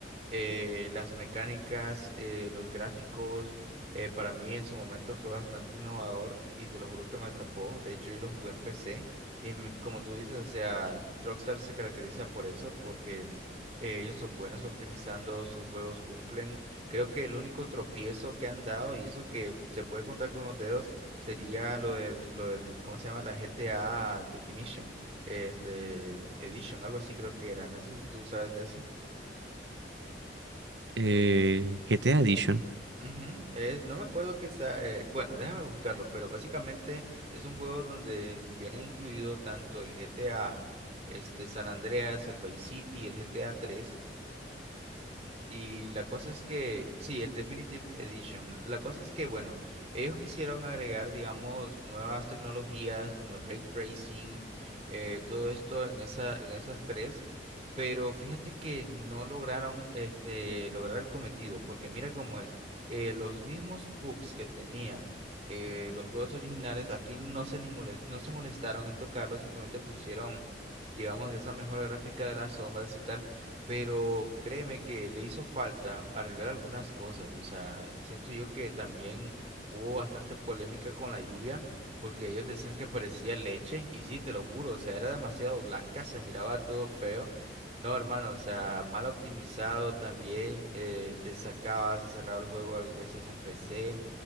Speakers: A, on the right; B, on the right.
A: eh, las mecánicas, eh, los gráficos, eh, para mí en su momento fue bastante innovador y te lo juro que me atrapó. De hecho, yo lo jugué en PC y me- como tú dices, o sea, Rockstar se caracteriza por eso, porque eh, ellos son buenos optimizando, sus juegos cumplen. Creo que el único tropiezo que han dado, y eso que se puede contar con los dedos, sería lo del, lo del, ¿cómo se llama? La GTA Definition, este, Edition, algo así creo que era. No sé si tú sabes de eso.
B: Eh, GTA Edition.
A: Ujú, Es, no me acuerdo qué está, eh, bueno, déjame buscarlo, pero básicamente es un juego donde vienen incluido tanto el GTA, este, San Andreas, el Vice City y el GTA 3. y la cosa es que, sí, el Definitive Edition. La cosa es que, bueno, ellos quisieron agregar, digamos, nuevas tecnologías como el ray tracing, eh, todo esto en esa, en esas tres. Pero fíjate que no lograron este, lograr el cometido, porque mira cómo es eh, los mismos bugs que tenía eh, los juegos originales, aquí no se, ni moles- no se molestaron en tocarlos, simplemente pusieron, digamos, esa mejora gráfica de las sombras y tal, pero créeme que le hizo falta arreglar algunas cosas, o sea, siento yo que también hubo bastante polémica con la lluvia. Porque ellos decían que parecía leche, y sí, te lo juro, o sea, era demasiado blanca, se miraba todo feo. No, hermano, o sea, mal optimizado también, eh, te sacaba, se cerraba el juego a veces en PC,